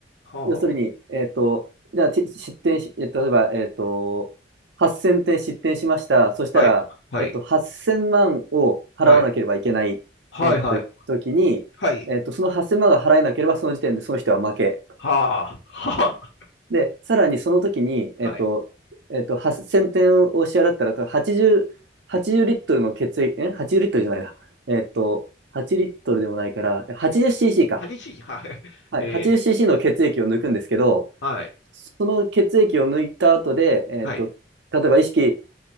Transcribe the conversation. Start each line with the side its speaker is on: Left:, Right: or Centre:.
Left: は
Right: 要するに、えっと、じゃあ、ち失点し、え例えば、えっと、8000点失点しました。そしたら、
Left: あ。はい。はい。
Right: えっと、8000万を払わなければいけないとなった時に、
Left: はい。はいはい。はい。
Right: えっと、その8000万が払えなければ、その時点でその人は負け。
Left: はあ。はあ。
Right: で、さらにその時に、えっと、
Left: はい。
Right: えっと、8000点を支払ったら、80、80リットルの血液、え ?80 リットルじゃないな。えっと、8リットルでもないから、80cc
Left: 8ミリ
Right: か。
Left: ?8cm? はい。
Right: はい、
Left: え
Right: 80cc の血液を抜くんですけど、
Left: ー、はい。
Right: その血液を抜いた後で、えっと、
Left: はい。
Right: 例えば意識、